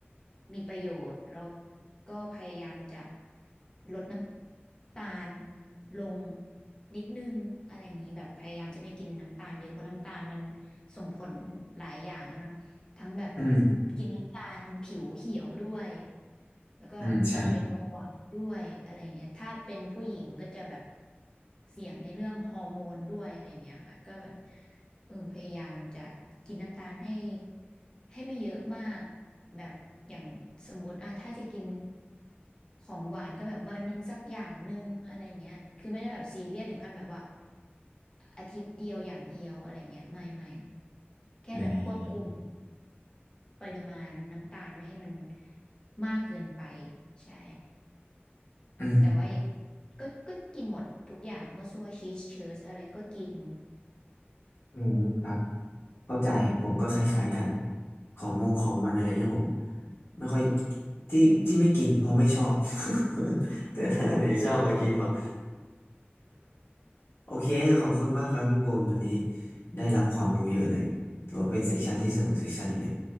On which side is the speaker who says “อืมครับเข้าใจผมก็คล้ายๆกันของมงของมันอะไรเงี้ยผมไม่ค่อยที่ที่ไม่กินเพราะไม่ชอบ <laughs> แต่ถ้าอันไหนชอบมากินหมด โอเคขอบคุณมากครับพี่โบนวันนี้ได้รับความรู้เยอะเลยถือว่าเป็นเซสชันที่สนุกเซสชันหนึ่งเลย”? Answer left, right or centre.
Left